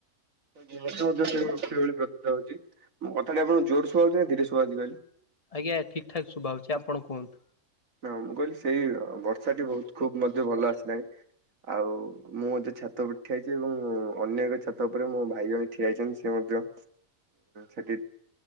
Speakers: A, on the right; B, on the left.
A: ପ୍ର ହଉଚି ମୋ କଥାଟା ଆପଣଙ୍କୁ ଜୋର ଶୁଣାଯାଉଚିନା ଧୀରେ ଶୁଣିଯାଉଚୀ କଇଲେ?
B: ଆଜ୍ଞା ଠିକ୍ ଠାକ୍ ଶୁବାଯାଉଚି ଆପଣ କୁହନ୍ତୁ।
A: ହଁ ମୁଁ କହିଲି ସେଇ ବର୍ଷାଟି ବହୁତ୍ ଖୁବ ମଧ୍ୟ ଭଲ ଆସିଲାଣି। ଆଉ ମୁଁ ମଧ୍ୟୋ ଛାତ ଉପରେ ଠିଆ ହେଇଚି ଏବଂ ଅନ୍ୟ ଏକ ଛାତ ଉପରେ ମୋ ଭାଇ ଜଣେ ଠିଆ ହେଇଚନ୍ତି ସେମଧ୍ୟ ସେଟି